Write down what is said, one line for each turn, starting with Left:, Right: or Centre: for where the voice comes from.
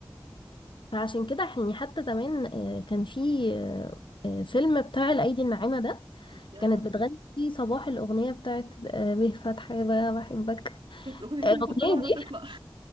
Left: فعشان كده يعني حتى زمان آه، كان في آه، آه، فيلم بتاع الايدي الناعمه ده
Right: ده
Left: كانت
Right: رهيب
Left: بتغني فيه صباح الاغنيه بتاعت آه، به فتحي بقى بحبك
Right: كانت أغنيتي
Left: الاغنيه
Right: المفضلة وأنا
Left: دي
Right: طفلة <laughs>